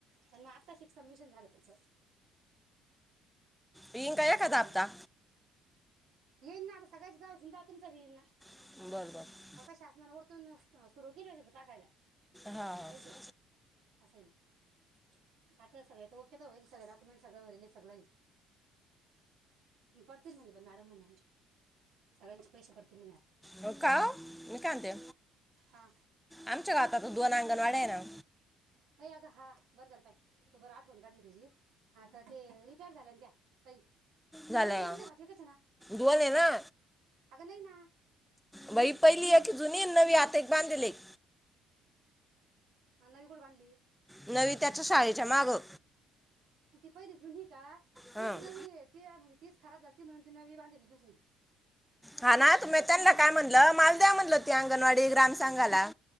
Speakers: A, on the right; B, in the centre.
A: प मग आता शिक समिशन झालं. नंद
B: येईन
A: कार
B: का एखादा हप्ता
A: मा <unintelligible> येईल ना आ सगळयांचा दहा तुमचा बी येईल ना.
B: बरं बरं
A: फक्त शासना वरतून सुरू केली हो टाकायला
B: हा हा
A: पैसे असं आहे ना आता सगळे ओके तर होईल सगळे डॉक्युमेंट सगळं भरले सगळं आहे. पडतील म्हणे पण मॅडम म्हणे आमच्या सगळ्यांचे पैसे पडतील म्हणे आत्ता.
B: हो का मी काय म्हणते
A: हा
B: आमच्या गावातात दोन अंगणवाड्या आहे ना.
A: अ अगं हा बरं झालं बाई तो बर आठवण काढली त्याची आता ते रिटायर झाल्या ना त्या ताई
B: झालया
A: दोन नाही ना तुमच्या खात्याकच ना
B: दोन आहे ना
A: अगं नाही ना
B: बाई पहिली एक जुनी. नवी आत एक बांधलेले एक
A: मड नवी कुठे बाधली.
B: नवी त्याच्या शाळेच्या मागं.
A: पहिले जुनी का? तीच
B: हं.
A: नवी ती म्हणजे तीच खराब झाली ती म्हणून ती नवी बांधलेली दुसरी
B: हा ना
A: तर
B: तुम्ही
A: एकच
B: त्यांना
A: अंग
B: काय म्हणलं माल द्या म्हणलं हती
A: हा
B: अंगणवाडी ग्रामपंचायत सांगाला.